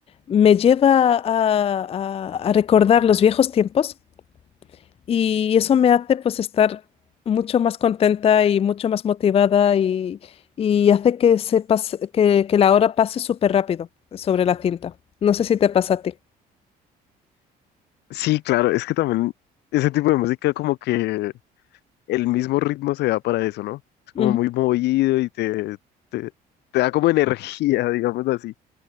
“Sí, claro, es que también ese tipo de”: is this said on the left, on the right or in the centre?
Left